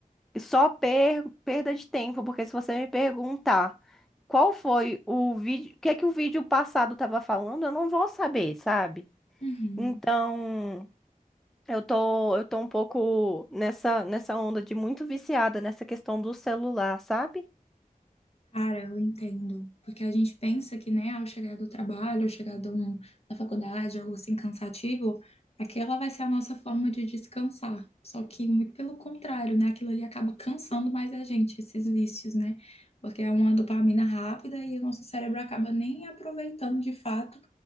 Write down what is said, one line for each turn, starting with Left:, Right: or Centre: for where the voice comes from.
Centre: Só per- perda de tempo, porque se você me perguntar qual foi o vídeo, o que é que o vídeo passado estava falando, eu não vou saber, sabe?
Left: Uhum.
Centre: Então, eu tô, eu tô um pouco nessa, nessa onda de muito viciada nessa questão do celular, sabe?
Left: Cara, eu entendo. Porque a gente pensa que, né, ao chegar do trabalho, ao chegar do, da faculdade, algo assim cansativo, aquela vai ser a nossa forma de descansar. Só que, muito pelo contrário, né, aquilo ali acaba cansando mais a gente, esses vícios, né? Porque é uma dopamina rápida e o nosso cérebro acaba nem aproveitando de fato